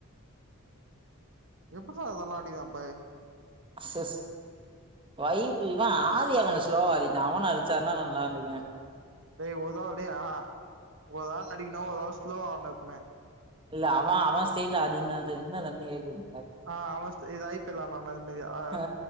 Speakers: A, on the right; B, on the right.
A: எப்புற்றா இதல்லாம் அடிக்கிறா எப்பா ஏ
B: <unintelligible> இவன் ஆதியா கொஞ்சோ ஸ்லோவா ஆடிட்டான் அவனு அடுச்சான்னா நல்லா இருந்துர்க்கு
A: டேய் ஒராள் டேய் ஆஹா ஒரு ஆள் அடிக்கணும் ஒரு ஆள் ஸ்லோவா ஆடனும் எப்போமே
B: இல்ல அவன் அவன் செய்யல அது என்னாது என்னாது <unintelligible>
A: ஆஹ் ஆமஸ்தே இது ஐ பி எல் ஆடுனான்ல அது மாரியா ஆஹ்
B: ஆ